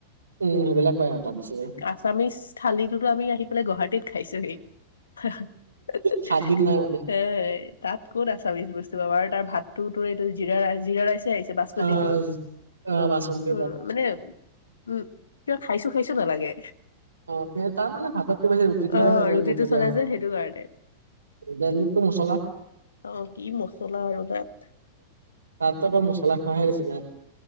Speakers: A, on the right (about 75°); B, on the left (about 75°).
A: উম সেইবিলাক পায় আৰু তাত বেছিকে।
B: আছামিছ থালিটোতো আমি আহি পেলাই গুৱাহাটীত খাইছোহি। <unintelligible>
A: খাদ্যত নাই মানে
B: এ তাত ক'ত আছামিছ বস্তু পাবা আৰু তাৰ ভাতটোতো তোৰ এইটো জিৰা ৰাইচ জিৰা ৰাইচ তে আহিছে বাচমতিটো,
A: অ অ বাচমতি
B: উম
A: ভাত
B: মানে উম, কিবা খাইছো খাইছো নালাগে।
A: অ তাত মানে ভাততকে বেছি ৰুটিটোৱে
B: অ'
A: মানে
B: ৰুটিটো
A: গুৰুত্ব
B: চলে
A: দিয়া হয়।
B: যে সেইটো কাৰণে।
A: দালিতটো মছলা
B: অ কি মছলা আৰু তাত।
A: তাতটো অকল মছলা খোৱাহে নিচিনা।